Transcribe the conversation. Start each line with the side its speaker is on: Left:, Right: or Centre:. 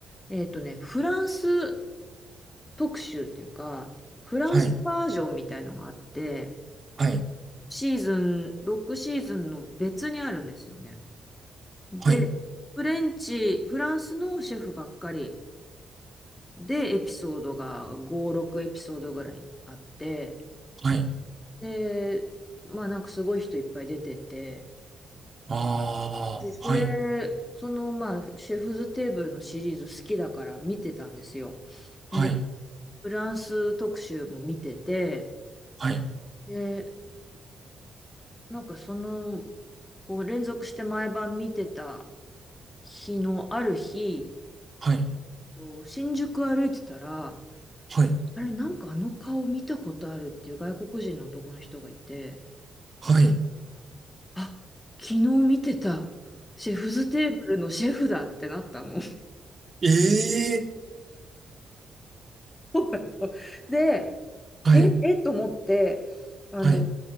Left: えっとね、フランス特集っていうか、フランスバージョンみたいのがあって、
Right: はい。はい。
Left: シーズン、6シーズンの別にあるんですよね。で、
Right: はい。
Left: フレンチ、フランスのシェフばっかりで、エピソードが5、6エピソードぐらいあって、
Right: はい。
Left: で、まあなんかすごい人いっぱい出てて、
Right: ああ、
Left: で、それ、
Right: はい。
Left: そのまあ、シェフズテーブルのシリーズ好きだから見てたんですよ。
Right: はい。
Left: で、フランス特集も見てて、
Right: はい。
Left: で、なんかその、こう連続して毎晩見てた日のある日、
Right: はい。
Left: と新宿歩いてたら、
Right: はい。
Left: あれ、なんかあの顔見たことあるっていう外国人の男の人がいて、
Right: はい。
Left: あ、昨日見てた、シェフズテーブルのシェフだってなったの。
Right: えええ
Left: <laughs> で、
Right: はい。
Left: え、えと思って、あの、
Right: はい。